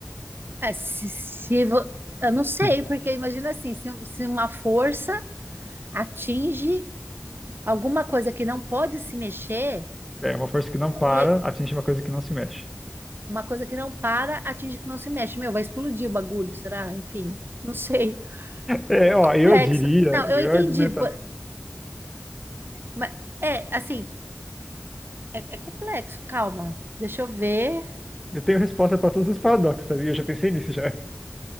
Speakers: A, on the right; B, in the centre.
A: é, se, se vo- eu não sei,
B: <laughs>
A: porque imagina assim, se, se uma força atinge alguma coisa que não pode se mexer,
B: É uma força que não
A: o
B: para
A: ne-
B: atinge uma coisa que não se mexe.
A: uma coisa que não para atinge que não se mexe. Meu, vai explodir o bagulho, será? Enfim, não sei.
B: É,
A: É
B: ó,
A: complexo.
B: eu diria,
A: Não,
B: eu
A: eu entendi.
B: ia argumentar.
A: Mas é assim, é, é complexo, calma. Deixa eu ver.
B: Eu tenho resposta para todos os paradoxos, sabia? Eu já pensei nisso já.